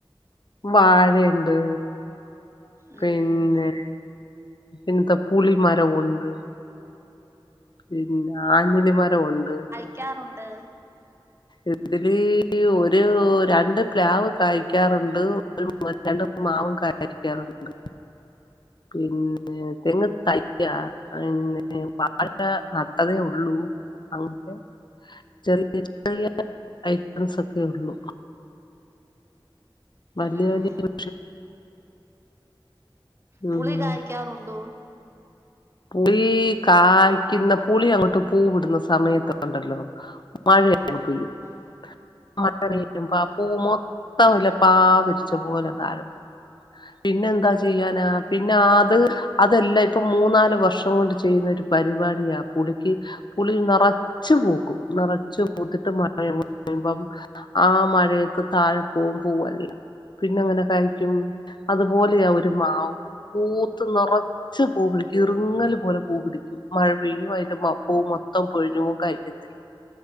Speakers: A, on the left; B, on the right.
A: വാഴയുണ്ട്
B: ഉം
A: പിന്നെ പിന്നത്തെ പുളി മരം ഉണ്ട് പിന്നെ ആഞ്ഞലി മരംഉണ്ട്
B: വിക്കാറുണ്ട്
A: ഇതില് ഒരു രണ്ട് പ്ലാവ് കായ്ക്കാറുണ്ട്. ഒരു <unintelligible> മാവും കായ്ക്കാറുണ്ട് പിന്നെ തെങ്ങ് തയ്യാ പിന്നെ വാഴ നട്ടതേ ഉള്ളൂ അങ്ങനെ ചെറിയ <unintelligible> ഐറ്റംസ് ഒക്കെ ഉള്ളൂ. വലിയ
B: ഉം
A: വലിയ <unintelligible>
B: പുളി
A: ഉം
B: കായ്ക്കാറുണ്ടോ?
A: പുളി കായ്ക്കുന്ന പുളി അങ്ങോട്ട് പൂ വിടുന്ന സമയത്തുണ്ടല്ലോ മഴങ്ങ് പെയ്യും
B: ഉം
A: മഴ പെയ്യ്മ്പോ ആ പൂ മൊത്തംല്ല പാ പിരിച്ച പോലെ താഴപോവും പിന്നെന്താ ചെയ്യാനാ പിന്നെ ആത് അതെല്ല ഇപ്പൊ മൂന്നാല് വർഷം കൊണ്ട് ചെയ്യുന്ന ഒരു പരിപാടിയ പുളിക്ക് പുളി നിറ ച്ചു പൂക്കും നിറച്ചു പൂത്തിട്ട് <unintelligible> ആ മഴയത്ത് താഴെപ്പോവും പൂവല്ലാം പിന്നെങ്ങനെ കഴിക്കും. അതുപോലെയാ ഒരു മാവും പൂത്ത് നിറ ച്ച് പൂ പിടിക്കും ഇറുങ്ങൽ പോലെ പൂ പിടിക്കും മഴ പെയ്യും അതിന്റെപ്പൂവ് മൊത്തം പൊഴിഞ്ഞോവും കാഴ്ക്കത്തില്ല. <inaudible>